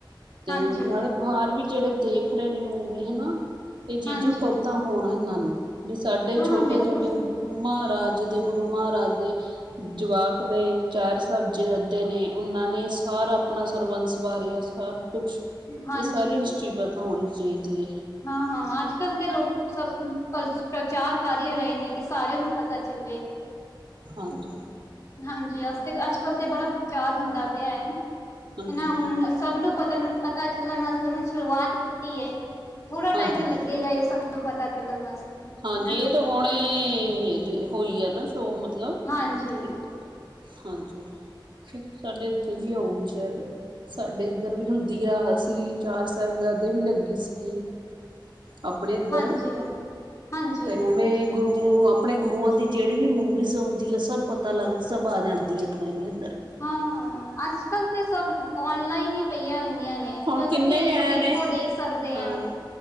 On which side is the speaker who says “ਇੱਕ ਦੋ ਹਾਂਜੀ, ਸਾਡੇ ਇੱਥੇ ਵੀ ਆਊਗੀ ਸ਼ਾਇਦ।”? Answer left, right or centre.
Right